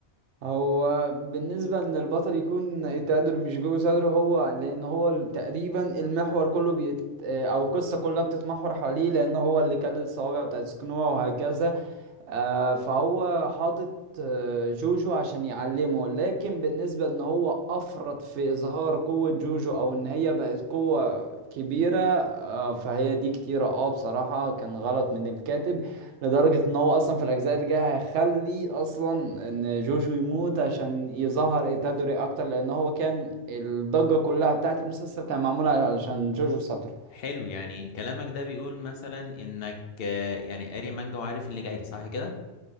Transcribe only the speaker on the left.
حلو يعني كلامك ده بيقول مثلا انك آه، يعني قاري مانجا وعارف اللي جاي صح كده